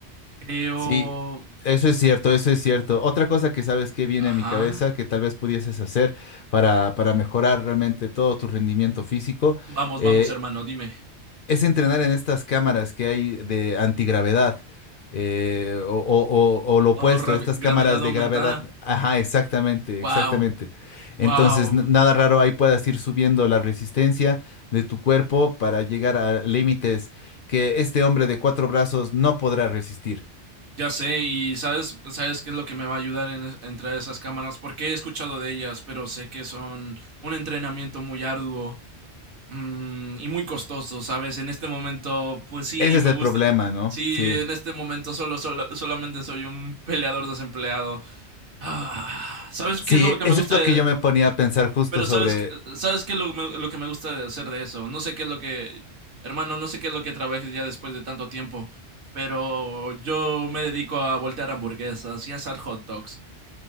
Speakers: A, on the right (about 55°); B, on the left (about 55°).
A: Creo...
B: Sí, eso es cierto, eso es cierto. Otra cosa que sabes que viene
A: Ajá.
B: a mi cabeza, que tal vez pudieses hacer para, para mejorar realmente todo tu rendimiento físico,
A: Vamos,
B: eh,
A: vamos, hermano, dime.
B: es entrenar en estas cámaras que hay de antigravedad eh, o, o- o- o lo opuesto,
A: Oh, ravi-
B: estas cámaras
A: gravedad aumentada.
B: de gravedad. Ajá, exactamente,
A: Wow,
B: exactamente. Entonces,
A: wow.
B: n- nada raro, ahí puedas ir subiendo la resistencia de tu cuerpo para llegar a límites que este hombre de cuatro brazos no podrá resistir.
A: Ya sé, y sabes, sabes qué es lo que me va a ayudar en es- en traer esas cámaras, porque he escuchado de ellas, pero sé que son un entrenamiento muy arduo mm, y muy costoso, ¿sabes? En este momento, pues sí,
B: Ese es
A: me
B: el
A: gustan.
B: problema, ¿no?
A: Sí,
B: Sí.
A: en este momento solo, solo- solamente soy un peleador desempleado. Ah, ¿sabes
B: Sí,
A: qué es lo que
B: eso
A: me gusta?
B: es lo
A: de-
B: que yo me ponía a pensar justo
A: Pero
B: sobre
A: ¿sabes, qué- ¿sabes qué es lo, que me- lo que me gusta de hacer de eso? No sé qué es lo que... Hermano, no sé qué es lo que trabajes ya después de tanto tiempo, pero yo me dedico a voltear hamburguesas y a asar hot dogs.